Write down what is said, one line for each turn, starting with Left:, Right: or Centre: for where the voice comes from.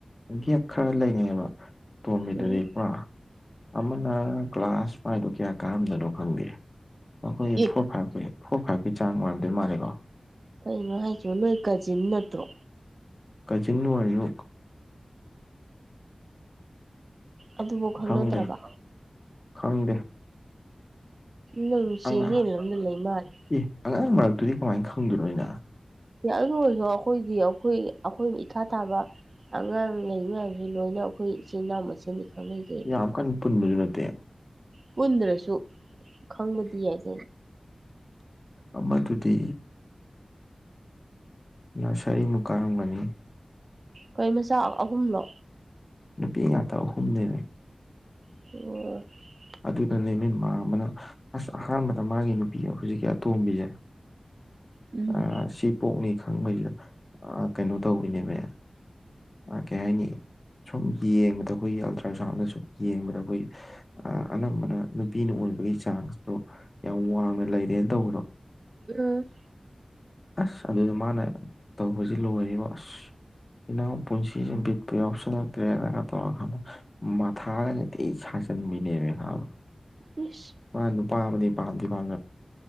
Left: ꯒꯦꯞ ꯈꯔ ꯂꯩꯔꯤꯅꯦꯕ ꯑꯇꯣꯝꯕꯤꯗꯨꯗꯤ꯫
Right: ꯎꯝ
Left: <inaudible> ꯑꯃꯅ ꯀ꯭ꯂꯥꯁ ꯃꯥꯏꯗꯣ ꯀꯌꯥ ꯀꯥꯔꯝꯗꯣꯏꯅꯣ ꯈꯪꯗꯦ꯫ ꯑꯈꯣꯏꯒꯤ
Right: ꯑꯦ
Left: ꯐꯣꯔ ꯐꯥꯏꯚꯀꯤ ꯐꯣꯔ ꯐꯥꯏꯚꯀꯤ ꯆꯥꯡ ꯑꯣꯏꯔꯝꯗꯤꯣꯏ ꯃꯥꯜꯜꯂꯤꯀꯣ꯫
Right: ꯀꯩꯅꯣ ꯍꯥꯏꯁꯤꯕꯣ ꯅꯣꯏ ꯀꯖꯤꯞ ꯅꯠꯇ꯭ꯔꯣ꯫
Left: ꯀꯆꯤꯟ <unintelligible>
Right: ꯑꯗꯨꯐꯧ ꯈꯪꯅꯗ꯭ꯔꯕ
Left: ꯈꯪꯗꯦ ꯈꯪꯗꯦ
Right: ꯅꯪ ꯆꯦꯅꯦꯜ
Left: ꯑꯉꯥꯡ
Right: ꯑꯃꯗ ꯂꯩ ꯃꯥꯜꯂꯦ
Left: ꯑꯦ ꯑꯉꯥꯡ ꯃꯔꯛꯇꯨꯗꯤ ꯀꯃꯥꯏꯅ ꯈꯪꯗꯣꯏꯅꯣ ꯑꯩꯅꯥ
Right: ꯑꯗꯨ ꯑꯣꯏꯔꯁꯨ ꯑꯩꯈꯣꯏꯗꯤ ꯑꯩꯈꯣꯏ ꯑꯩꯈꯣꯏꯅ ꯏꯈꯥ ꯊꯥꯕ ꯑꯉꯥꯡ ꯂꯩ ꯃꯌꯥꯝꯁꯦ ꯂꯣꯏꯅ ꯑꯩꯈꯣꯏ ꯏꯆꯤꯜ ꯏꯅꯥꯎ ꯃꯁꯦꯟꯗꯤ ꯈꯪꯅꯩ ꯀꯩ
Left: ꯌꯥꯝꯀꯥꯟ ꯄꯨꯟꯕꯁꯨ ꯅꯠꯇꯦ
Right: ꯄꯨꯟꯗ꯭ꯔꯁꯨ ꯈꯪꯕꯗꯤ ꯌꯥꯏ ꯀꯩꯂꯣ
Left: ꯑꯃꯥꯗꯨꯗꯤ ꯅꯔꯁꯔꯤꯃꯨꯛ ꯀꯥꯔꯝꯒꯅꯤ
Right: ꯀꯩ ꯃꯆꯥ ꯑꯍꯨꯝꯂꯣ
Left: ꯅꯨꯄꯤ ꯉꯥꯛꯇ ꯑꯍꯨꯝꯅꯦꯃꯤ
Right: <unintelligible>
Left: ꯑꯗꯨꯗꯅꯦꯃꯤ ꯃꯥꯃꯅ ꯑꯁ ꯑꯍꯥꯟꯕꯗ ꯃꯥꯒꯤ ꯅꯨꯄꯤ ꯍꯧꯖꯤꯛꯀꯤ ꯑꯇꯣꯝꯕꯤꯁꯦ
Right: ꯎꯝ
Left: ꯑ ꯁꯤ ꯄꯣꯛꯅꯤ ꯈꯪꯕꯒꯤ ꯑ ꯀꯩꯅꯣ ꯇꯧꯔꯤꯅꯦꯃꯦ ꯀꯩ ꯍꯥꯏꯅꯤ ꯁꯨꯝ ꯌꯦꯡꯕꯗ ꯑꯩꯈꯣꯏꯒꯤ ꯑꯜꯇ꯭ꯔ ꯁꯥꯎꯟꯗ ꯁꯨꯝ ꯌꯦꯡꯕꯗ ꯑꯩꯈꯣꯏꯒꯤ ꯑꯅꯝꯕꯅ ꯅꯨꯄꯤꯅ ꯑꯣꯏꯕꯒꯤ ꯆꯥꯡꯁꯇꯣ ꯌꯥꯝ ꯋꯥꯡꯅ ꯂꯩꯔꯦꯅ ꯇꯧꯕꯗꯣ
Right: ꯎꯝ
Left: ꯑꯁ ꯑꯗꯨꯗ ꯃꯥꯅ ꯇꯧꯕꯖꯤ ꯂꯣꯏꯔꯦꯕꯣ ꯑꯁ ꯏꯅꯥꯎ ꯄꯨꯟꯁꯤꯁꯦ ꯕꯤꯠꯀꯥ ꯌꯥꯎꯁꯜꯂꯛꯇ꯭ꯔꯦꯅꯒ ꯇꯧꯔꯒ ꯃꯊꯥꯒꯖꯤ ꯊꯤ ꯁꯥꯖꯟꯕꯤꯅꯤ ꯅꯦꯃꯤ ꯈꯕ
Right: ꯏꯁ
Left: ꯃꯥꯅ ꯅꯨꯄꯥ ꯑꯃꯗꯤ ꯄꯥꯝꯗꯤ ꯄꯥꯝ